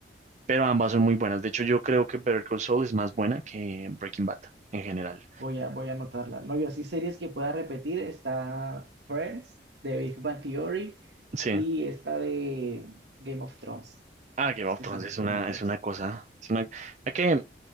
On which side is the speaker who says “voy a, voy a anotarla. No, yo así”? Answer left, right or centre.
Right